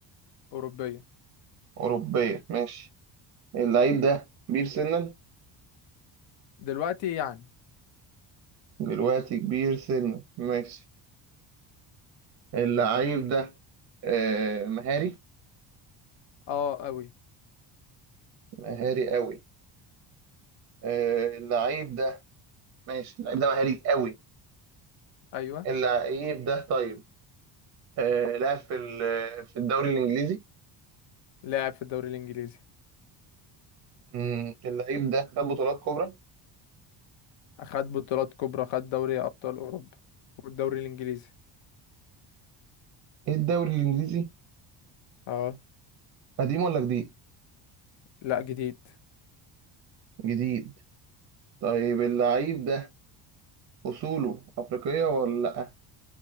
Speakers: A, on the left; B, on the right.
A: اوروبية
B: أوروبية ماشي اللعيب ده كبير سنا
A: دلوقتي يعني
B: دلوقتي كبير سنا ماشي اللعيب ده آه، مهاري
A: اه قوي
B: مهاري قوي آه، اللعيب ده ماشي اللعيب ده مهاري قوي
A: ايوه
B: اللعيب ده طيب آه، لعب في ال- في الدوري الإنجليزي
A: لاعب في الدوري الانجليزي
B: مم، اللعيب ده خد بطولات كبرى
A: خد بطولات كبرى خد دوري ابطال اوروبا والدوري الانجليزي
B: ايه الدوري الإنجليزي
A: اه
B: قديم ولا جديد؟
A: لا جديد
B: جديد طيب اللعيب ده أصوله أفريقية ولا لأ؟